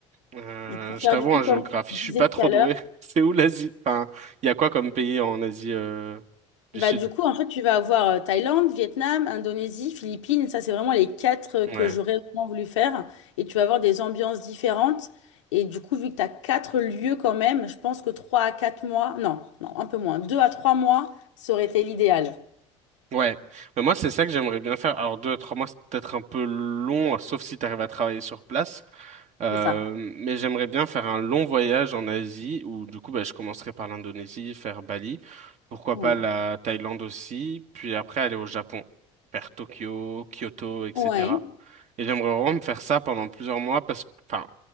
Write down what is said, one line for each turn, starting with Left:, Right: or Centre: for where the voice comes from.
Right: Euh,
Left: Et Pour
Right: je
Left: faire
Right: t'avoue,
Left: du coup,
Right: en
Left: comme
Right: géographie,
Left: tu disais
Right: je suis pas trop
Left: tout à
Right: doué.
Left: l'heure,
Right: <laughs> C'est où l'Asie? Enfin, il y a quoi comme pays en Asie euh, du
Left: bah
Right: Sud?
Left: du coup, en fait, tu vas avoir euh, Thaïlande, Vietnam, Indonésie, Philippines, ça c'est vraiment les quatre euh,
Right: Ouais.
Left: que j'aurais vraiment voulu faire. Et tu vas avoir des ambiances différentes. Et du coup, vu que tu as quatre lieux quand même, je pense que trois à quatre mois, non, non, un peu moins, deux à trois mois, ça aurait été l'idéal.
Right: Ouais, mais moi c'est ça que j'aimerais bien faire. Alors deux à trois mois c'est peut-être un peu long, sauf si t'arrives à travailler sur place. Euh,
Left: C'est ça,
Right: mais j'aimerais bien faire un long voyage en Asie où du coup bah, je commencerai par l'Indonésie, faire Bali, pourquoi
Left: ouais.
Right: pas la Thaïlande aussi, puis après aller au Japon, faire Tokyo, Kyoto, etc.
Left: Ouais,
Right: Et j'aimerais vraiment me faire ça pendant plusieurs mois parce que, enfin,